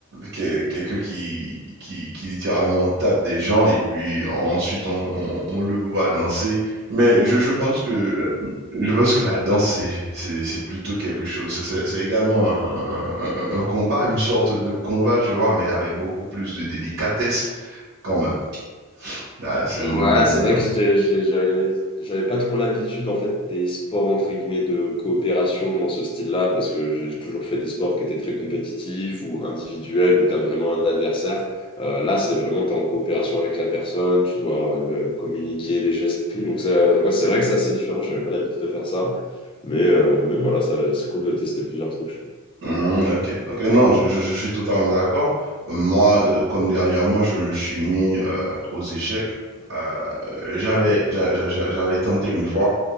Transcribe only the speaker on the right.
que- quelqu'un qui, qui, qui littéralement tape des gens et puis ensuite on, on, on le voit danser. Mais je, je pense que je pense que la danse c'est c'est c'est plutôt quelque chose. C'est c'est- c'est également un, un- un combat, une sorte de combat, tu vois, mais avec beaucoup plus de délicatesse quand même. Là, c'est
mon opinion.
Hmm, ok, ok, non, je, je- je suis totalement d'accord. Moi, euh, comme dernièrement, je me suis mis euh, aux échecs. Euh, j'avais,
j'a- j'a- j'a- j'avais tenté une fois,